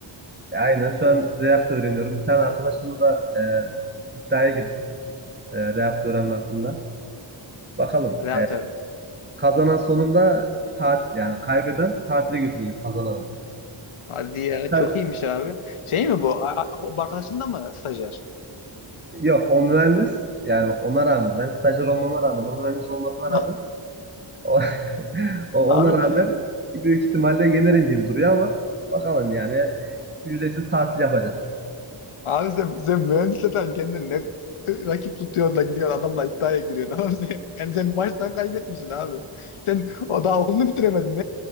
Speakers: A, on the right; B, on the left.
A: aynen şu an React öğreniyorum. Bir tane arkadaşımla da e, iddiaya girdim e, React öğrenme hakkında. Bakalım
B: Reaktörün.
A: kazanan sonunda tat yani kaybeden tatile götürecek kazananı.
B: Hadi ya
A: Ben-
B: çok iyiymiş abi. Şey mi bu? A- a- bu arkadaşın da mı stajyer?
A: Yok o mühendis yani bak ona rağmen ben stajyer olmama rağmen o mühendis olmasına
B: <laughs>
A: rağmen o, <laughs> o- ona
B: Abi,
A: rağmen büyük ihtimalle yenerim gibi duruyor ama bakalım yani e, ücretsiz tatil yapacağız.
B: abi sen, sen mühendisle sen kendini ne rakip tutuyorsun da gidiyorsun adamla iddiaya giriyorsun. <laughs> Abi sen, yani sen baştan kaybetmişsin abi. Sen o daha okulunu bitiremedin.